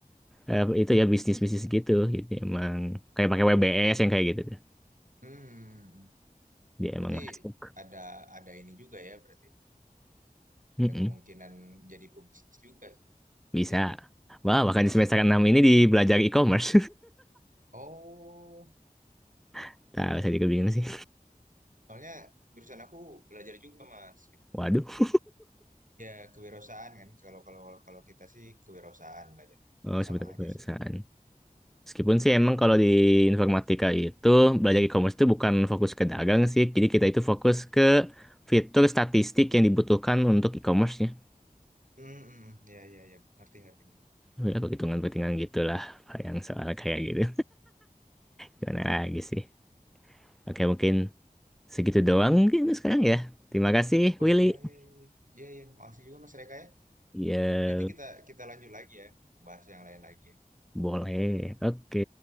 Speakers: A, in the centre; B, on the right.
A: eh, itu ya bisnis-bisnis gitu. Jadi emang kayak pakai WBS yang kayak gitu tuh.
B: Hmm.
A: Dia
B: Berarti
A: emang masuk.
B: ada ada ini juga ya berarti. Ada
A: Mm-mm,
B: kemungkinan jadi pebisnis juga sih.
A: bisa.
B: Ya.
A: Wah, bahkan di semester 6 ini di belajar e-commerce.
B: Oh,
A: <laughs> Tahu saya juga bingung sih.
B: Soalnya jurusan aku belajar juga Mas, gitu
A: Waduh.
B: ya. Ya kewirausahaan kan, kalau kalau kalau kita sih kewirausahaan belajarnya, tapi
A: Oh, sebetulnya
B: sama aja
A: kebiasaan.
B: sih.
A: Meskipun sih emang kalau di informatika itu belajar e-commerce itu bukan fokus ke dagang sih. Jadi kita itu fokus ke fitur statistik yang dibutuhkan untuk e-commerce-nya.
B: Hmm, hmm, ya ya ya, ngerti ngerti ngerti.
A: Ya, perhitungan-perhitungan gitulah yang soal kayak gitu. Gimana lagi sih? Oke, mungkin segitu doang mungkin sekarang ya. Terima kasih,
B: Oh
A: Willy.
B: iya iya iya iya, iya. iya. Makasih juga Mas Reka ya.
A: Ya,
B: Nanti kita kita lanjut lagi ya, bahas yang lain lagi.
A: boleh. Oke.